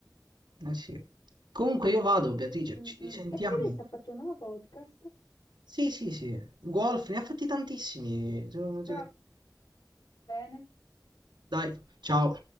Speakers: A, on the right (about 75°); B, on the left (about 55°).
A: Eh sì. Comunque io vado, Beatrice,
B: Mm,
A: ci risentiamo.
B: mm. E Fedez ha fatto un nuovo podcast.
A: Sì, sì, sì. Golf, ne ha fatti tantissimi. sono-
B: Va bene.
A: Dai, ciao.